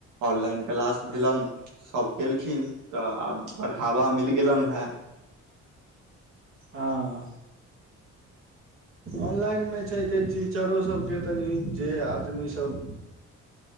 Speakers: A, on the right; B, on the right.
A: ऑललाइन क्लास भेलनि। सब केलखिन तऽ आब बढ़ावा मिल गेलन हेँ।
B: हँ। ऑनलाइनमे छै जे टीचरोसभके तनि जे आदमी सब।